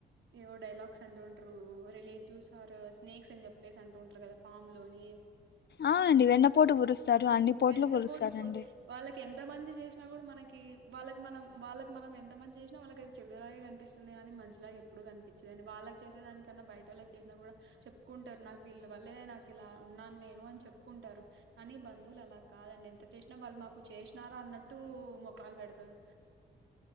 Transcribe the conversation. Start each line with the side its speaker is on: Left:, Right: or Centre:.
Right: ఏవో డైలాగ్స్ అంటుంట్రూ రిలేటివ్స్ ఆర్ స్నేక్స్ అని చెప్పేసి అంటుంట్రూ కదా పాములు అని
Left: ఆ అండి వెన్నపోటు పోరుస్తారు అన్ని పోట్లు
Right: వెన్నుపోటు
Left: పోరుస్తారండి
Right: పో వాళ్ళకి ఎంత మంచి జెసినా కూడా మనకి కీ వాళ్ళకి మనం, వాళ్ళకి మనం ఎంత మంచి జెసినా వాళ్ళకది చెడులాగే కనిపిస్తుంది గాని. మంచిలాగా ఎప్పుడు కనిపించిదిండి. వాళ్ళకి చేసే దానికన్నా బయటోళ్ళకి చేసినా కూడా చెప్పుకుంటారు. నాకు వీళ్ళు వాళ్లే నాకు ఇలా ఉన్నాను నేను అని చెప్పుకుంటారు కానీ బంధువులు అలా కాదండి ఎంత చేసినా వాళ్ళు మాక్ కు చేసినారన్నట్టు మోకాలు పెడతరు